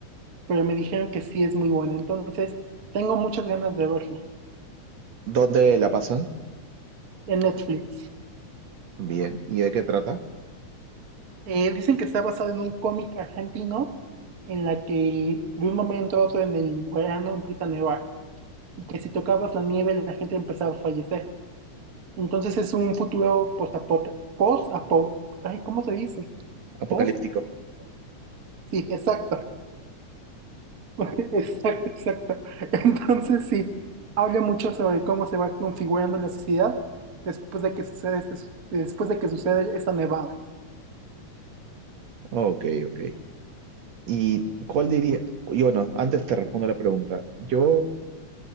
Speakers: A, on the right; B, on the right.
A: pero me dijeron que sí es muy buena. Entonces, tengo muchas ganas de verla
B: ¿Dónde la pasan?
A: en Netflix.
B: Bien. ¿Y de qué trata?
A: Eh, dicen que está basado en un cómic argentino en la que de un momento a otro en el verano empieza a nevar y que si tocabas la nieve la gente empezaba a fallecer. Entonces es un futuro post-apo, post-apo, ay, ¿cómo se dice?
B: Apocalíptico.
A: post Sí, exacto, <laughs> exacto, exacto. Entonces sí, habla mucho sobre cómo se va configurando la sociedad después de que sucede este su- después de que sucede esa nevada.
B: Ok, ok. ¿Y cuál diría? Y bueno, antes te respondo la pregunta. Yo